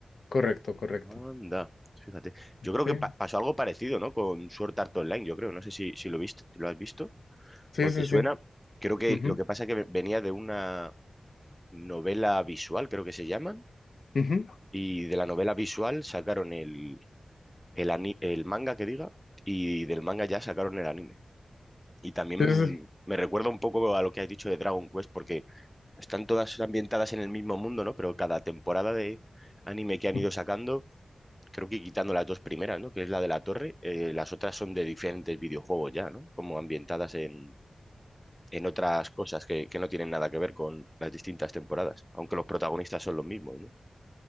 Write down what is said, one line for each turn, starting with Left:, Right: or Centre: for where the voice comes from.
Left: Correcto, correcto.
Centre: Anda, fíjate. Yo creo
Left: Sí,
Centre: que pa- pasó algo parecido, ¿no? Con Sword Art Online, yo creo. No sé si, si lo viste, si lo has visto
Left: sí,
Centre: o
Left: sí,
Centre: te suena.
Left: sí.
Centre: Creo que
Left: Ujú,
Centre: lo que pasa es que ve- venía de una novela visual, creo que se llaman,
Left: ujú.
Centre: y de la novela visual sacaron el, el, ani- el manga que diga, y del manga ya sacaron el anime. Y también
Left: Sí, sí, sí.
Centre: me recuerda un poco a lo que has dicho de Dragon Quest, porque están todas ambientadas en el mismo mundo, ¿no? Pero cada temporada de anime que han
Left: Ujú.
Centre: ido sacando creo que quitando las dos primeras, ¿no? Que es la de la torre, eh, las otras son de diferentes videojuegos ya, ¿no? Como ambientadas en, en otras cosas que, que no tienen nada que ver con las distintas temporadas, aunque los protagonistas son los mismos, ¿no?